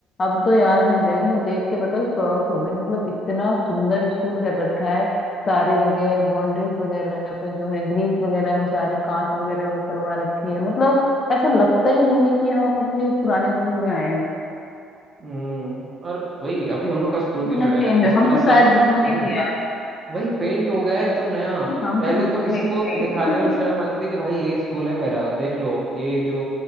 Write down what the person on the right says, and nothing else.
हम्म और वही अभी हम लोग का स्कूल भी
जो
है इस
तरह
से
हम्म
वही पेंट हो गया है एकदम नया
पहले
तो किसी
को दिखाने में शर्म आती थी कि भाई ये स्कूल है मेरा देख लो ये जो